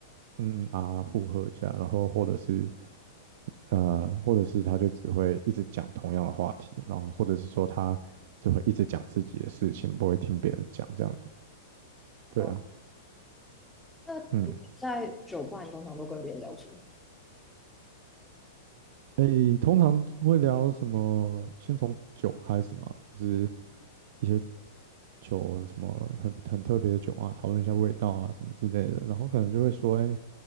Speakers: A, on the right (about 55°); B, in the centre.
A: 嗯嗯啊附和一下，然后或者是呃，或者是他就只会一直讲同样的话题，然后或者是说他就会一直讲自己的事情，不会听别人讲这样子。对啊，
B: 哦。那你在酒吧，
A: 嗯，
B: 你通常都跟别人聊什么？
A: 诶，通常会聊什么？先从酒开始嘛，就是一些酒什么很很特别的酒啊，讨论一下味道啊什么之类的，然后可能就会说，哎，